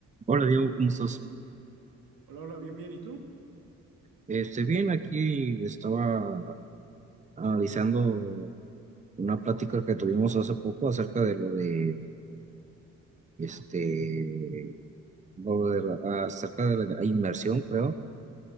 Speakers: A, on the right (about 20°); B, on the right (about 80°).
A: Hola Diego, ¿cómo estás?
B: Hola, hola, bien, bien. ¿Y tú?
A: Este, bien, aquí estaba analizando una plática que tuvimos hace poco acerca de lo de, este, lo de la- acerca de la inversión, creo.